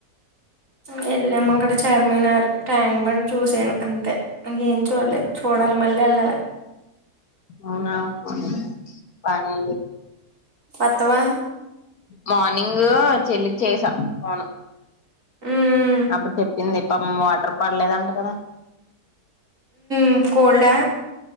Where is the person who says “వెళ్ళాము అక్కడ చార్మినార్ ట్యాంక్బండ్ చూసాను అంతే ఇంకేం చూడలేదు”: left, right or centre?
Right